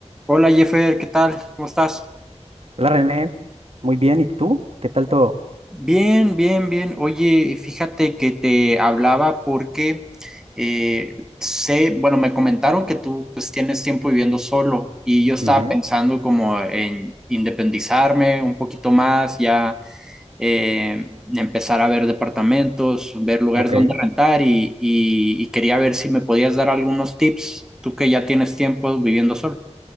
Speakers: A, in the centre; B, on the right.
A: Hola Jeffer, ¿qué tal? ¿Cómo estás?
B: Hola René, muy bien, ¿y tú? ¿Qué tal todo?
A: Bien, bien, bien. Oye, fíjate que te hablaba porque eh, sé, bueno, me comentaron que tú pues tienes tiempo viviendo solo y yo estaba
B: Ujú,
A: pensando como en independizarme un poquito más, ya eh, empezar a ver departamentos, ver lugares
B: Ok,
A: donde rentar y, y y quería ver si me podías dar algunos tips, tú que ya tienes tiempo viviendo solo.